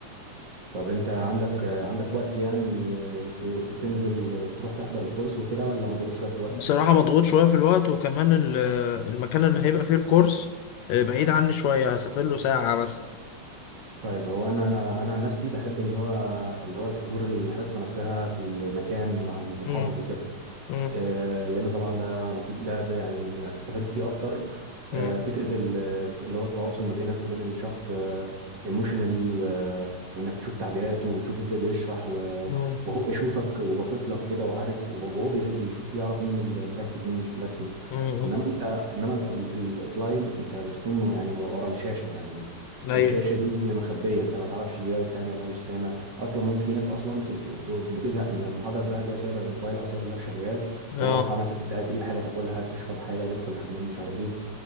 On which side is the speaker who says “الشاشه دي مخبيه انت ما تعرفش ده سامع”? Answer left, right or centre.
Right